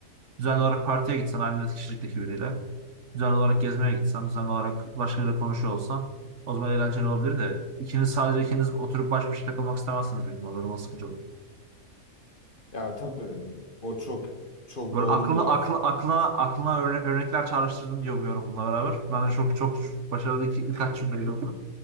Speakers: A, on the right (about 60°); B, on the left (about 40°).
A: Düzenli olarak partiye gitsen aynı kişilikteki biriyle. Düzenli olarak gezmeye gitsen, düzenli olarak başkalarıyla konuşuyor olsan o zaman eğlenceli olabilir de ikiniz sadece ikiniz oturup baş başa takılmak istemezsiniz benim. O zaman sıkıcı olur.
B: Ya tabii o çok çok
A: Böyle
B: doğru
A: aklına
B: bir laf.
A: akl, aklına aklına örne- örnekler çağrıştırdın diye umuyorum bununla beraber. Bence çok çok başarılı iki, birkaç cümleydi bunlar.